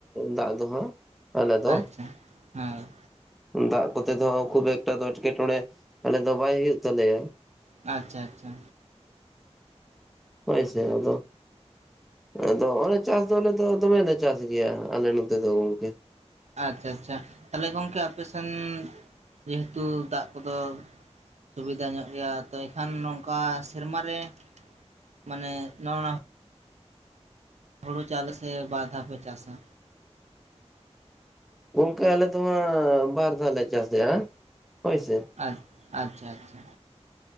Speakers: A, in the centre; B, on the right.
A: ᱫᱟᱜ ᱫᱚ ᱦᱟᱸᱜ᱾ ᱟᱞᱮ ᱫᱚ
B: ᱟᱪᱪᱷᱟ, ᱦᱮᱸ᱾
A: ᱫᱟᱜ ᱠᱚᱛᱮ ᱫᱚ ᱠᱷᱩᱵ ᱮᱠᱴᱟ ᱫᱚ ᱮᱴᱠᱮᱴᱚᱬᱮ ᱟᱞᱮ ᱫᱚ ᱵᱟᱭ ᱦᱩᱭᱩᱜ ᱛᱟᱞᱮᱭᱟ᱾
B: ᱟᱪᱪᱷᱟ ᱟᱪᱪᱷᱟ᱾
A: ᱦᱳᱭ ᱥᱮ ᱟᱫᱚ ᱟᱫᱚ ᱚᱱᱮ ᱪᱟᱥ ᱫᱚ ᱟᱞᱮ ᱫᱚ ᱫᱚᱢᱮᱞᱮ ᱪᱟᱥ ᱜᱮᱭᱟ ᱟᱞᱮ ᱱᱚᱛᱮ ᱫᱚ ᱜᱚᱝᱠᱮ
B: ᱟᱪᱪᱷᱟ ᱟᱪᱷᱟ ᱟᱪᱷᱟ ᱛᱟᱦᱚᱞᱮ ᱜᱚᱝᱠᱮ ᱟᱯᱮ ᱥᱮᱱ ᱡᱮᱦᱮᱛᱩ ᱫᱟᱜ ᱠᱚᱫᱚ ᱥᱩᱵᱤᱫᱷᱟ ᱧᱚᱜ ᱜᱮᱭᱟ ᱛᱚ ᱮᱱᱠᱷᱟᱱ ᱱᱚᱝᱠᱟ ᱥᱮᱨᱢᱟ ᱨᱮ ᱢᱟᱱᱮ ᱱᱚᱣᱟ ᱦᱩᱲᱩ ᱪᱟᱣᱞᱮ ᱥᱮ ᱵᱟᱨ ᱫᱷᱟᱣ ᱯᱮ ᱪᱟᱥᱟ
A: ᱜᱚᱝᱠᱮ ᱟᱞᱮ ᱫᱚ ᱦᱟᱸᱜ ᱵᱟᱨ ᱫᱷᱟᱣ ᱞᱮ ᱪᱟᱥᱮᱜ-ᱟ᱾ ᱦᱳᱭ ᱥᱮ
B: ᱟᱪ ᱟᱪᱪᱷᱟ ᱟᱪᱪᱷᱟ